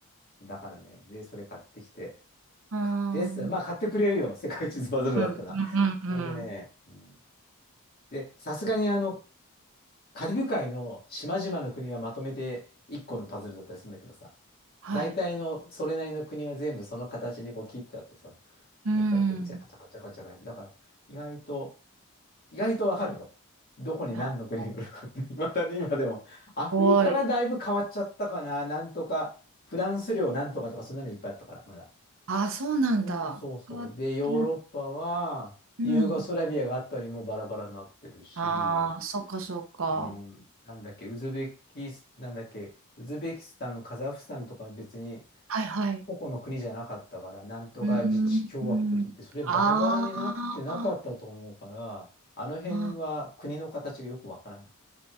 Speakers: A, on the left; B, on the right.
A: だからね、で、それ買ってきて、
B: あ、
A: 買ってっつったらまあ買ってくれるよ、
B: うん、うん、
A: <laughs> 世界地図バズるだったら。
B: うん、うん。うん
A: それでね、うん、で、さすがにあの、カリブ海の島々の国はまとめて1個のパズルだったりするんだけどさ、
B: はい。
A: 大体のそれなりの国は全部その形にこう切ってあってさ、
B: うん。
A: でこうやってチャカチャカチャカチャカやるだから、意外と、意外とわかるよ。どこに何の国があるかって、
B: あす
A: <laughs> いまだに今でも。アフリカがだいぶ変わっちゃったかな。
B: ごい。
A: なんとか、フランス領なんとかとか、そんなのいっぱいあったから、まだ。
B: ああ、そうなんだ。
A: うん、そうそう。
B: 変わってる。
A: で、ヨーロッパは、
B: うん。
A: ユーゴスラビアがあったりもうバラバラになってるし、
B: ああ、そっか、そっか。
A: うん、なんだっけ、ウズベキス、なんだっけ、ウズベキスタン、カザフスタンとか別に
B: はい、はい。
A: 個々の国じゃなかったから、なんとか自治共和国だって、
B: うーん。
A: それバラバラになってなかったと思うから、
B: ああ、
A: あの辺は国の形がよくわからない。
B: あ